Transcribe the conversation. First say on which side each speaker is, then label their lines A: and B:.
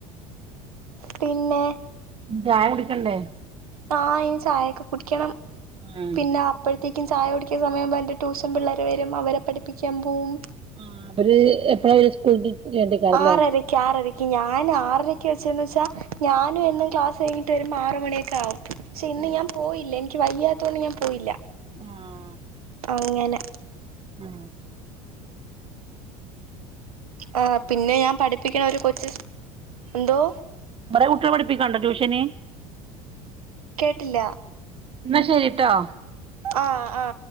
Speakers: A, on the right; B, on the right.
A: പിന്നെ
B: ചായ കുടിക്കണ്ടേ?
A: ആ ഇൻ ചായയൊക്കെ കുടിക്കണം
B: ആഹ്
A: പിന്നെ അപ്പഴ. അറ്റേക്കും ചായ കുടിക്കുന്ന സമയം എന്റെ ട്യൂഷൻ പിള്ളേർ വരും. അവരെ പഠിപ്പിക്കാൻ പോകും.
B: ആഹ് അവര് എപ്പഴാ അവര് സ്കൂളിട്ട് വരേണ്ടിക്കാരല്ലേ
A: ആറരക്ക് ആറരക്ക് ഞാൻ ആറരക്ക വെച്ചന്ന് വെച്ചാ ഞാനും എന്നും ക്ലാസ് കഴിഞ്ഞിട്ട് ഒരു ആറ് മണിയൊക്കെ ആകും പക്ഷെ ഇന്ന്
B: ആഹ്
A: ഞാൻ പോയില്ല എനി ക്ക് വയ്യാത്തോണ്ട് ഞാൻ പോയില്ല.
B: ആഹ്
A: അങ്ങനെ.
B: ആ
A: ആ പിന്നെ ഞാൻ പഠിപ്പിക്കണ ഒരു കൊച്ച് എന്തോ?
B: കൊറെ കുട്ടിളെ പഠിപ്പിക്കൊണ്ട ട്യൂഷന്?
A: കേട്ടില്ല.
B: എന്നാ ശരിട്ടോ.
A: ആ ആ